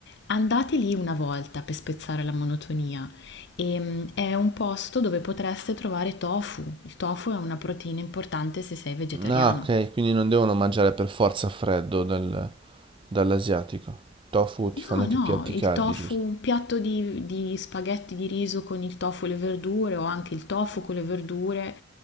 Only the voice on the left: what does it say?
Andate lì una volta per spezzare la monotonia. E, mm, è un posto dove potreste trovare tofu. Il tofu è una proteina importante se sei vegetariano.
No,
no,
il
tofu,
un piatto di, di spaghetti di riso con il tofu e le verdure o anche il tofu con le verdure